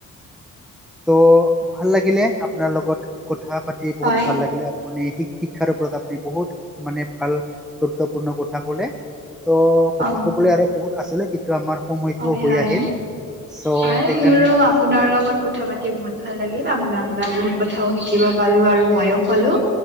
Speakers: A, in the centre; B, on the right.
A: ত' ভাল লাগিলে আপোনাৰ লগত। কথা পাতি বহুত
B: হয়।
A: ভাল লাগিলে, আপুনি শিক-শিক্ষাৰ ওপৰত আপুনি বহুত মানে ভাল গুৰুত্বপূৰ্ণ কথা কলে, ত'
B: অ
A: কথা কবলৈ আৰু বহুত আছিলে কিন্ টো আমাৰ সময়তটো
B: হয়
A: হৈ
B: হয়
A: আহিল। চ'
B: হয়
A: সেইকাৰণে
B: মোৰো
A: আমি
B: আপোনাৰ লগত কথা পাতি বহুত ভাল লাগিল, আপোনাৰ পৰা বহুত কথাও শিকিব পালো আৰু মইও কলো।